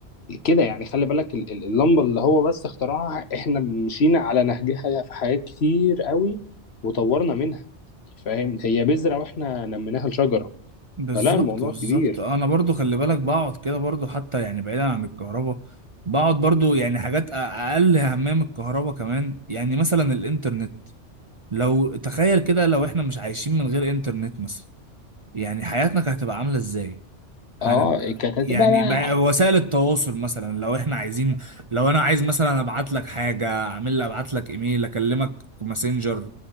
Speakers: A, on the left; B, on the right.
A: كده يعني خلي بالك ال- ال- اللمبه اللي هو بس اخترعها احنا مشينا على نهجها في حاجات كتير قوي وطورنا منها فاهم هي بذره واحنا نميناها لشجره
B: بالظبط
A: فلا الموضوع
B: بالظبط
A: كبير
B: آه، انا برضو خلي بالك بقعد كده برضو حتى يعني بعيدا عن الكهرباء بقعد برضو يعني حاجات أ- اقل اهميه من الكهرباء كمان يعني مثلا الانترنت لو تخيل كده لو احنا مش عايشين من غير انترنت مثلا يعني حياتنا كانت هتبقى عامله ازاي هنبقى
A: اه كانت
B: يعني
A: هتبقى بقى
B: بقى- وسائل التواصل مثلا لو احنا عايزين لو انا عايز مثلا ابعت لك حاجه اعمل لي ابعت لك ايميل اكلمك ماسنجر